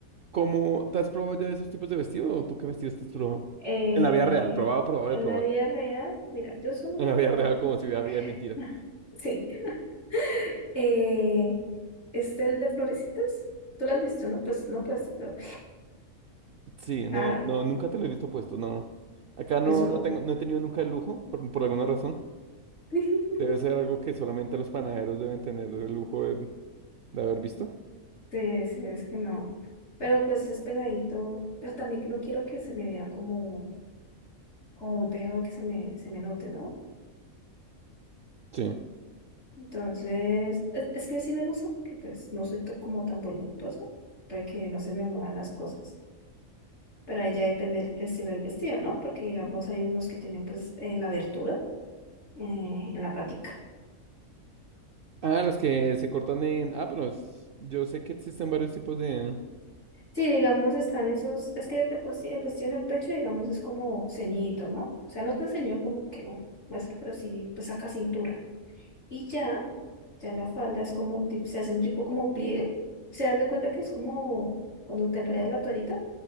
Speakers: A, on the right; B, on the left.
A: ¿cómo te has probado ya esos tipos de vestidos? ¿O tú qué vestido estás probando?
B: Eh,
A: En la vida real, probado, probado
B: en
A: de probar.
B: la vida real, mira, yo solo me
A: En la
B: he probado,
A: vida real, como si hubiera vida de mentira.
B: <laughs> sí, <laughs> eh, este el de florecitas, tú lo has visto, ¿no? Pues no puesto, pero,
A: Sí, no,
B: ah,
A: no, nunca te lo he visto puesto, no. Acá no,
B: eso
A: no
B: lo,
A: tengo, no he tenido nunca el lujo, por, por alguna razón.
B: <laughs>
A: Debe ser algo que solamente los panaderos deben tener el lujo de, de haber visto.
B: sí, sí, es que no. Pero pues es pegadito, pero también no quiero que se me vea como como muy pegado y que se me, se me note, ¿no?
A: Sí.
B: Entonces, es, es que sí me gusta porque pues no soy to- como tan voluptuoso, para que no se me muevan las cosas. Pero ahí ya depende el el estilo del vestido, ¿no? Porque digamos hay unos que tienen pues eh, la abertura eh, en la patica.
A: Ah, los que se cortan en. Ah, pero es- yo sé que existen varios tipos de.
B: Sí, digamos están esos, es que de por sí el vestido en el pecho, digamos, es como ceñidito, ¿no? O sea, no te ceñido como que oh, muestra, pero sí pues saca cintura. Y ya, ya la falda es como un tipo, se hace un tipo como pliegue. Se das de cuenta que es como cuando te enredas la toallita. O